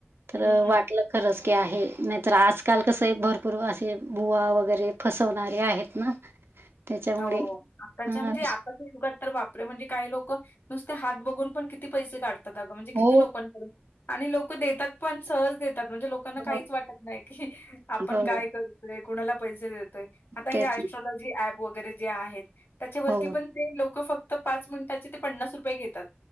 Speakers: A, on the right (about 70°); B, on the left (about 65°).
A: तर
B: हं, हं.
A: वाट. खरच की आहे नाहीतर आजकाल कस भरपूर असे बुवा वगैरे फसवणारे आहेत ना. त्याच्यामुळे
B: हो आताच्या
A: अ,
B: म्हणजे
A: विश
B: आता. गात तर बापरे म्हणजे काही लोक नुसते हात बघून पण किती पैसे काढतात अगं म्हणजे किती
A: हो,
B: लोकांकडून आणि लोक देतात पण सहज देतात म्हणजे लोक लोकांना काहीच
A: हो,
B: वाटत नाही की आपण
A: हो.
B: काय करतोय कुणाला पैसे देतोय आता
A: तेच
B: हे स्ट्रॉलॉजी
A: ना.
B: ऍप वगैरे जे आहेत त्याच्यावरती
A: हो,
B: पण ते लोक फक्त पाच मिनिटाचे ते पन्नास रुपये घेतात